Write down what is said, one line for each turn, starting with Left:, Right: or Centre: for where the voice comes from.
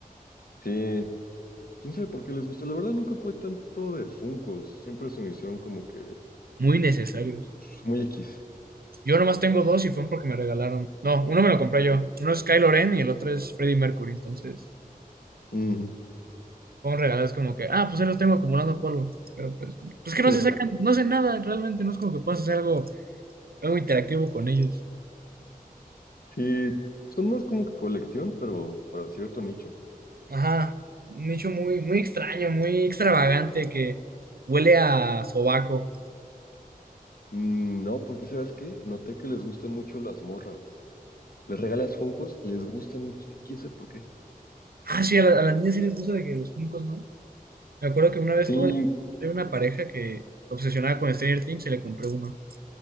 Left: Sí, quién sabe por qué les gusta. La verdad nunca fue tanto de Funkos. Siempre se me hicieron como que pues,
Right: Muy necesarios.
Left: muy X.
Right: Yo nomás tengo dos y fueron porque me regalaron. No, uno me lo compré yo. Uno es Kylo Ren y el otro es Freddie Mercury. Entonces,
Left: Ujú.
Right: fueron regalos como que, ah, pues ahí los tengo acumulando polvo. Pero pues, pues que no
Left: <laughs>
Right: se sacan, no hacen nada realmente. No es como que puedas hacer algo, algo interactivo con ellos.
Left: Sí, son más como que colección, pero para cierto nicho.
Right: Ajá, un hecho muy, muy extraño, muy extravagante que huele a sobaco.
Left: Mm, No, porque ¿sabes qué? Noté que les gustan mucho las morras. Les regalas Funkos, les gustan, quién quién sabe por qué.
Right: Ah, sí, a, la- a las niñas sí les gusta de que los Funkos, ¿no? Me acuerdo que una vez
Left: Sí,
Right: tuve una pareja que obsesionada con Stranger Things se le compré uno.